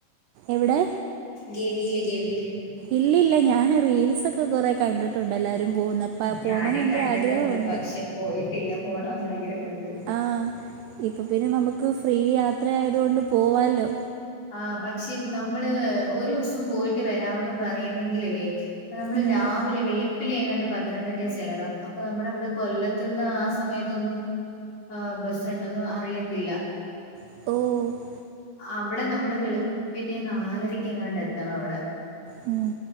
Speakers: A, on the right; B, on the left.
A: എവിടെ
B: ഗെവീല് ഗെവീല്
A: ഇല്ലല്ല, ഞാൻ റീൽസൊക്കെ കൊറെ കണ്ടിട്ടുണ്ട് എല്ലാരും പോകുന്ന അപ്പം
B: ഞാനും
A: പോകണമെന്ന് ഭയങ്കര
B: കണ്ടിട്ടുണ്ട്.
A: ആഗ്രഹമുണ്ട്
B: പക്ഷെ പോയിട്ടില്ല പോണന്ന് ആഗ്രഹമുണ്ട്.
A: ആഹ് ഇപ്പൊ പിന്നെ നമുക്ക് ഫ്രീ യാത്ര ആയതോണ്ട് പോവാല്ലോ
B: ആഹ് പക്ഷെ നമ്മള് ഒരു ദിവസം പോയിട്ട് വരാമെന്ന് പറയുന്നെങ്കിലുവേ നമ്മള്
A: ഉം.
B: രാവിലെ വെളുപ്പില എങ്ങാണ്ട് പത്തനംതിട്ടയി ചെല്ലണം അപ്പൊ നമ്മുടെവിടെ കൊല്ല ത്ത്ന്ന് ആ സമയത്തൊന്നും ബസ്സ് ഉണ്ടെന്ന് അറിയത്തില്ല
A: ഓഹ്
B: അവിടെ നമ്മള് വെളുപ്പിനെ നാലരക്ക് എങ്ങാണ്ട് എത്തണം അവിടെ
A: ഉം.